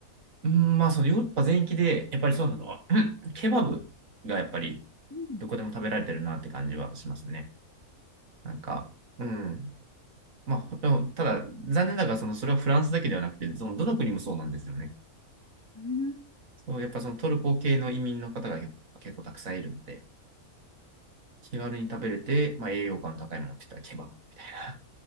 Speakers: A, on the right; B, on the left.
A: うん、まあ、そのヨーロッパ全域で、やっぱりそうなのは、うんケバブがやっぱり
B: うん、
A: どこでも食べられてるなって感じはしますね。なんか、うん。まあ、ほでもただ、残念ながら、その、それはフランスだけではなくて、その、どの国もそうなんですよね。
B: うーん
A: そう、やっぱそのトルコ系の移民の方が結結構たくさんいるので、気軽に食べれて、まあ、栄養価の高いものって言ったらケバブみたいな、